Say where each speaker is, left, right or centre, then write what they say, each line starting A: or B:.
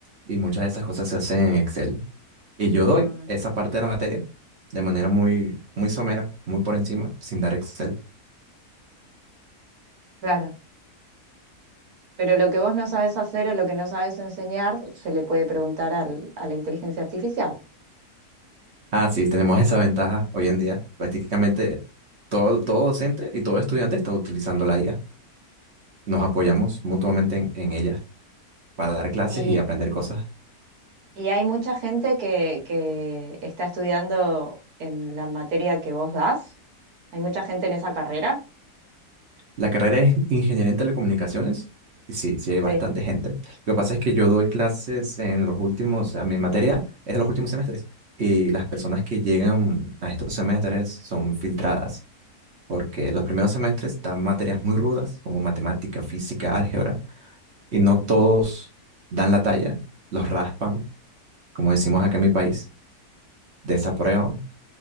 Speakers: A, on the right; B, on the right.
A: y muchas de esas cosas se hacen en Excel. Y yo doy
B: Ah,
A: esa parte de la materia de manera muy, muy somera, muy por encima, sin dar Excel.
B: claro, pero lo que vos no sabes hacer o lo que no sabes enseñar se le puede preguntar al- a la inteligencia artificial.
A: Ah, sí, tenemos esa ventaja hoy en día. Prácticamente todo, todo docente y todo estudiante está utilizando la IA. Nos apoyamos mutuamente en, en ella para dar clases
B: Y,
A: y aprender cosas.
B: y hay mucha gente que, que está estudiando en la materia que vos das. Hay mucha gente en esa carrera.
A: La carrera es ingeniería en telecomunicaciones. Y sí, sí hay bastante
B: Sí.
A: gente. Lo que pasa es que yo doy clases en los últimos, a mi materia es de los últimos semestres. Y las personas que llegan a estos semestres son filtradas, porque los primeros semestres dan materias muy rudas, como matemática, física, álgebra, y no todos dan la talla, los raspan, como decimos acá en mi país, desaprueban.